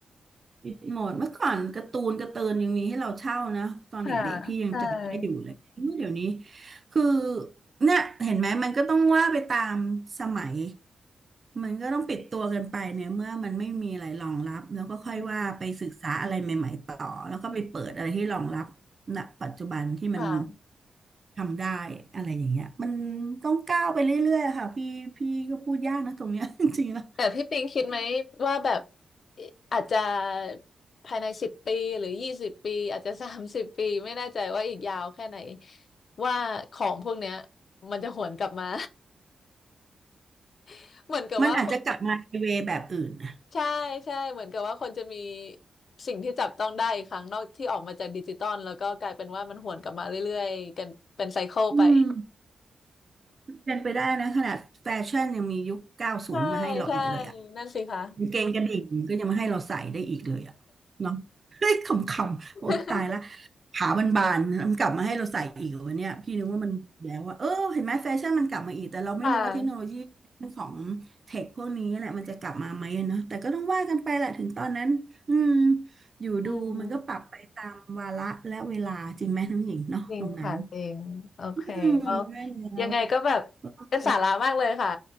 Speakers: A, on the right (about 30°); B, on the left (about 50°).
A: ปิดหมดเมื่อก่อนการ์ตูนการ์เตูนยังมีให้เราเช่านะตอนเด็กๆพี่ยังจำได้อยู่เลยเมื่อเดี๋ยวนี้
B: <laughs> ค่ะใช่
A: คือเนี่ยเห็นไหมมันก็ต้องว่าไปตามสมัยมันก็ต้องปิดตัวกันไปเนี่ยเมื่อมันไม่มีอะไรรองรับแล้วก็ค่อยว่าไปศึกษาอะไรใหม่ๆต่อแล้วก็ไปเปิดอะไรที่รองรับณปัจจุบันที่มัน
B: อืมค่ะ
A: ทำได้อะไรอย่างเงี้ยมันต้องก้าวไปเรื่อยๆอะค่ะพี่พี่ก็พูดยากนะตรงเนี้ย <laughs> จริงๆแล้ว
B: แต่พี่ปิงคิดไหมว่าแบบอาจจะภายในสิบปีหรือยี่สิบปีอาจจะสามสิบปีไม่แน่ใจว่าอีกยาวแค่ไหนว่าของพวกเนี้ยมันจะหวนกลับมา <laughs> เหมือนกับว่า
A: มันอาจจะกลับมาในเวแบบอื่นนะ
B: ใช่ใช่เหมือนกับว่าคนจะมีสิ่งที่จับต้องได้อีกครั้งนอกที่ออกมาจากดิจิตอลแล้วก็กลายเป็นว่ามันหวนกลับมาเรื่อยๆกันเป็นไซเคิลไป
A: อืม เป็นไปได้นะขนาดแฟชั่นยังมียุคเก้าสิบมาให้เราอีกเลยอ่ะ
B: ใช่ใช่นั่นสิคะ
A: กางเกงกระดิ่งก็ยังมาให้เราใส่ได้อีกเลยอ่ะเนาะ <laughs> เฮ้ยขำๆ
B: <laughs>
A: โอ้ตายละขาบานๆมันกลับมาให้เราใส่อีกเหรอวันเนี้ยพี่นึกว่ามันแล้วว่า เออเห็นไหมแฟชั่นมันกลับมาอีกแต่เราไม่รู้ว่าเทคโนโลยี
B: ค่ะ
A: ของเทคพวกนี้แหละมันจะกลับมาไหมอะเนาะแต่ก็ต้องว่ากันไปแหละถึงตอนนั้นอืมอยู่ดูมันก็ปรับไปตามวาระและเวลาจริงไหมน้องหญิงเนาะตรงนั้น
B: อืมจริงค่ะจริงโอเคแล้ว
A: อืมได้แล้ว
B: ยังไงก็แบบเป็นสาระมากเลยค่ะ
A: เ